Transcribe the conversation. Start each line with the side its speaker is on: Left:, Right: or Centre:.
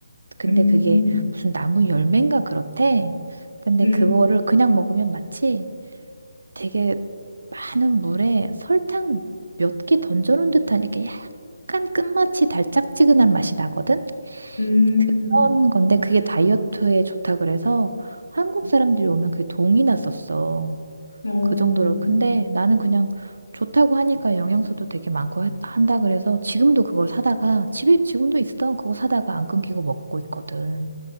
Right: 근데
Left: 음, 음,
Right: 그게 무슨 나무 열매인가 그렇대 근데
Left: 음.
Right: 그거를 그냥 먹으면 마치 되게 많은 물에 설탕 몇 개 던져놓은 듯한 이렇게 약간 끝맛이 달짝지근한 맛이 나거든?
Left: 음.
Right: 그런 건데 그게 다이어트에 좋다 그래서 한국 사람들이 오면 그게 동이 났었어.
Left: 음,
Right: 그 정도로. 근데 나는 그냥 좋다고 하니까 영양소도 되게 많고 하- 한다 그래서 지금도 그걸 사다가 집에 지금도 있어. 그거 사다가 안 끊기고 먹고 있거든.